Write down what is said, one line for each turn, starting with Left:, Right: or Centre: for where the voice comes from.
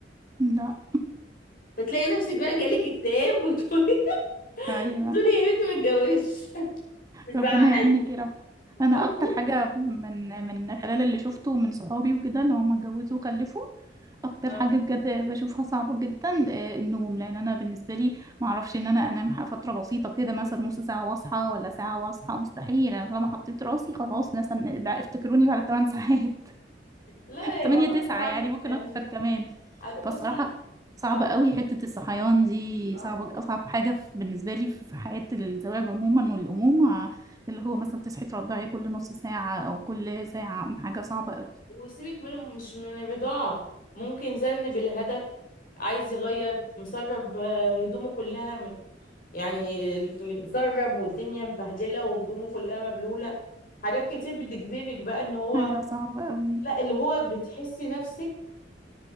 Right: لا <laughs>
Left: فتلاقي نفسك بقى جالك اكتئاب وتقولي <laughs>
Right: ايوه
Left: بتقولي يا بنتي ما اتجوزش مش
Right: ربنا
Left: بعقدك
Right: يعينك يا رب انا
Left: بصي
Right: اكتر حاجه من من خلال اللي شفته من صحابي وكده اللي هم اتجوزوا وخلفوا اكتر
Left: اه
Right: حاجه بجد بشوفها صعبه جدا آه، النوم لان انا بالنسبه لي ما اعرفش ان انا انام ح- فتره بسيطه كده مثلا نص ساعه واصحى ولا ساعه واصحى مستحيل انا لما حطيت راسي خلاص مثلا بقى افتكروني بعد 8 <laughs> ساعات
Left: لا يبقى
Right: تمانية
Left: غصب
Right: تسعة
Left: عنك
Right: يعني ممكن
Left: يعني
Right: أكتر كمان
Left: عاد-
Right: فالصراحة
Left: بصي
Right: صعبة
Left: اه
Right: قوي حتة الصحيان دي
Left: اه
Right: صعبة أصعب حاجة في- بالنسبة لي في في حياة الزواج عموما والأمومة اللي هو مثلا تصحي ترضعي كل نص ساعة أو كل ساعة حاجة صعبة قوي
Left: وسيبك من مش من الرضاعة ممكن زن بالهدف عايز يغير مسرب آه، هدومه كلها يعني متسرب والدنيا مبهدله وهدومه كلها مبلوله حاجات كتير بتجذبك بقى ان هو
Right: حاجة صعبة قوي
Left: لا اللي هو بتحسي نفسك